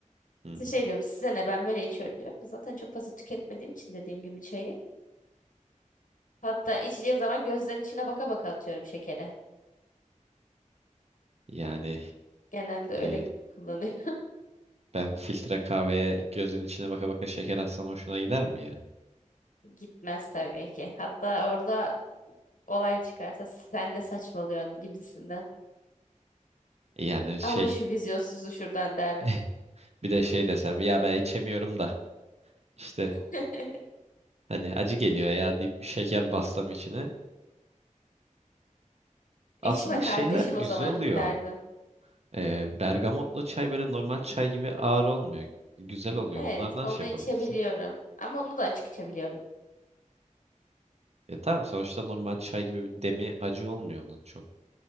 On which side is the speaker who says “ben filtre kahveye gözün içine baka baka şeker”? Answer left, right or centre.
Right